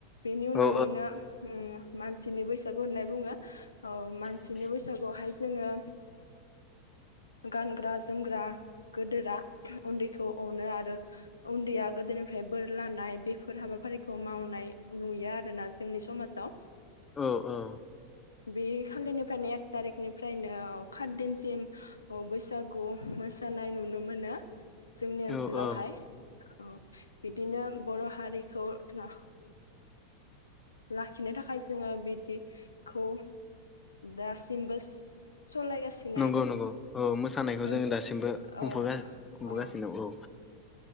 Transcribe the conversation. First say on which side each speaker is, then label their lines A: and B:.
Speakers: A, on the left (about 75°); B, on the left (about 15°).
A: बेनि उनखालिनो
B: औ
A: उम मानसिनि बैसागु होननाय बुङो। ओ स्नि बैसागुआवहाय जोङो गानग्रा जोमग्रा गोदोरा उन्दैखौ अनो आरो उन्दैया गोदोरनिफ्राय बोर लानाय बेफोर हाबाफारिखौ मावनाय नुयो आरोना जोंनि समाजाव
B: औ औ।
A: बे खालिनो ओमफ्रायनो एक थारिकनिफ्रायनो खाथ दिनसिम बैसागु मोसानाय नुनो मोनो। जोंनि ओनसोलावहाय।
B: औ औ
A: औ बिदिनो बर' हारिखौ न लाखिनो थाखाय जोङो बिदिखौ दासिमबो सालायगासिनो
B: नंगौ
A: आरो
B: नंगौ औ मो मोसानायखौ
A: नों
B: जोङो दासिमबो खुंफुङो
A: ओ
B: खुंबोगासिनो
A: अ
B: औ। ओ